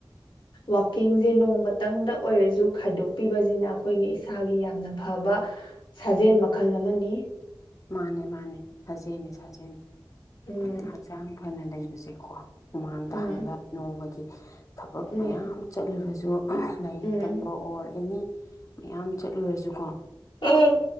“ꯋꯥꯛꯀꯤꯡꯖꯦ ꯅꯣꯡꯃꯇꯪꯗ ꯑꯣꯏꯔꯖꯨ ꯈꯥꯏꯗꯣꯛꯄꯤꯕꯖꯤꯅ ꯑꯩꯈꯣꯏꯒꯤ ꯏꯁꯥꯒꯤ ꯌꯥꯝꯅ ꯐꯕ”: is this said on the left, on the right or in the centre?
Left